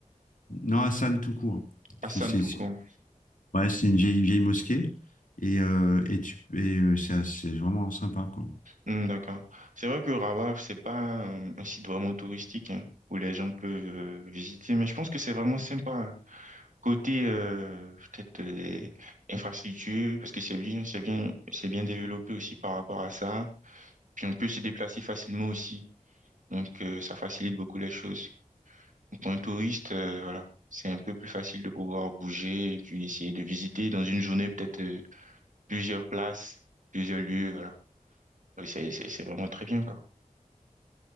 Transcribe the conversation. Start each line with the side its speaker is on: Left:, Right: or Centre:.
Left: non, Hassan tout court.
Right: Hassan
Left: C'est c'est-
Right: tout
Left: c'est-
Right: court.
Left: ouais, c'est une vieille, vieille mosquée. Et, euh, et, tu, et euh, c'est assez- vraiment sympa, quoi.
Right: Mm, d'accord. C'est vrai que Rabat, c'est pas euh, un site vraiment touristique hein, où les gens peuvent euh, visiter, mais je pense que c'est vraiment sympa. hein. Côté euh, peut-être euh, les infrastructures, parce que c'est bien, c'est bien, c'est bien développé aussi par rapport à ça. Puis on peut se déplacer facilement aussi. Donc euh, ça facilite beaucoup les choses. Donc, Pour un touriste, euh, voilà, c'est un peu plus facile de pouvoir bouger et puis essayer de visiter dans une journée peut-être euh, plusieurs places, plusieurs lieux, voilà. Oui, c'est, c'est, c'est vraiment très bien, quoi.